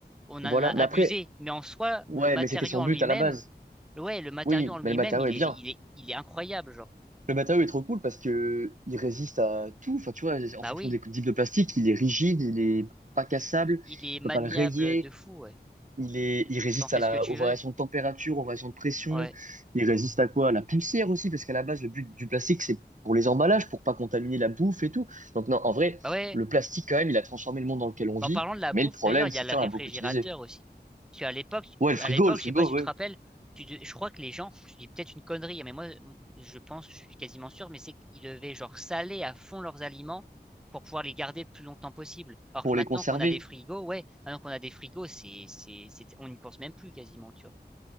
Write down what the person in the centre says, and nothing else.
On
en a abusé,
mais en soi,
le matériau
en
lui-même,
ouais, le matériau
en lui-même,
il
est, il est, il est incroyable, genre.
Bah
oui,
tu-
il est maniable
de fou, ouais.
T'en fais
ce que tu
veux,
ouais.
Bah ouais.
Mais en parlant de la
bouffe,
d'ailleurs, il
y a le
réfrigérateur
aussi. Parce qu'à l'époque,
à l'époque,
je sais pas si tu
te rappelles, tu de- je crois que les gens, je dis peut-être une connerie, mais moi, m- je pense, je suis quasiment sûr, mais c'est qu'ils devaient genre saler à fond leurs aliments pour pouvoir les garder le plus longtemps possible. Alors
que maintenant
qu'on a des frigos, ouais, maintenant qu'on a des frigos, c'est, c'est, c'est, on n'y pense même plus quasiment, tu vois.